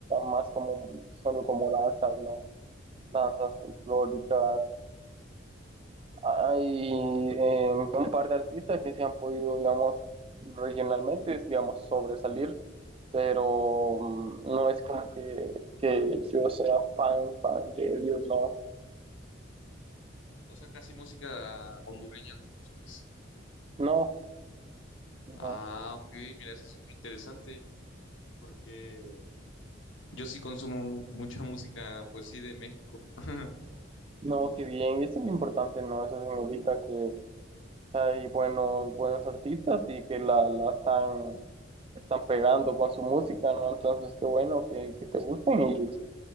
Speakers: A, on the right (about 30°); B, on the left (about 85°).
A: más como, solo como danzas, ¿no? Danzas folclóricas Hay eh, un par de artistas que se han podido, digamos, regionalmente, digamos, sobresalir, pero mm, no es como que, que yo sea fan, fan de ellos, no,
B: O sea, casi música hondureña no consumes.
A: no, no,
B: Ah, ok, mira, eso es muy interesante porque yo sí consumo mu- mucha música, pues sí, de México. <laughs>
A: no, que bien, eso es lo importante, ¿no? Eso significa que hay buenos, buenos artistas y que la, la están, están pegando con su música, ¿no? Entonces, qué bueno que, que te gusten y,